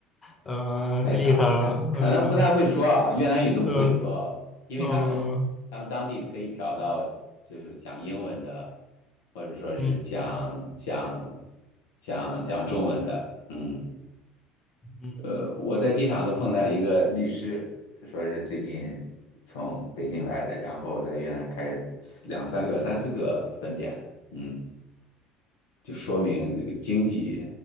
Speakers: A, on the left (about 25°); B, on the left (about 70°).
A: 呃，
B: 开厂可可能不太会说啊，
A: 厉害了，嗯、
B: 越南语都不会说，
A: 嗯，
B: 因为他们他们当地可以找到就是讲英文的，
A: 嗯，
B: 或者说是讲讲
A: 嗯，
B: 讲讲中文的，嗯。
A: 嗯，
B: 呃，我在机场都碰到一个律师，说是最近从北京来的，然后在越南开两三个、三四个分店了嗯，就说明这个经济